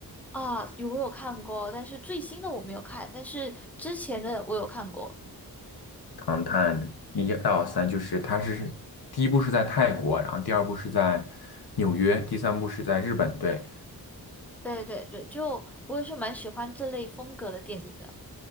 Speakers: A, in the centre; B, on the left.
A: 啊，有我有看过，但是最新的我没有看，但是之前的我有看过。
B: 《唐探一到三》就是它是第一部是在泰国，然后第二部是在纽约，第三部是在日本，对。
A: 对对对，就我也是蛮喜欢这类风格的电影的。